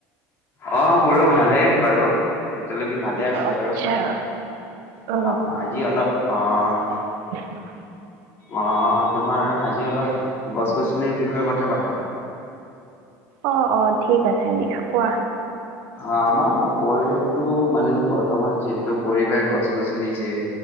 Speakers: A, on the left; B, on the right.
A: অ', মোৰো ভালেই বাৰু। এতিয়ালৈকে ভালে আছো
B: আচ্ছা
A: বাৰু অ
B: উম
A: আজি অলপ অহ।
B: <unintelligible>
A: অহ তোমাৰ আজি অলপ গছ গছনিৰ বিষয়ে কথা পাতোঁ।
B: অ', অ' ঠিক আছে দিয়া কোৱা।
A: আমাৰ পৰিৱেশটো মানে বৰ্তমান যিহেতু পৰিৱেশ গছ গছনি যে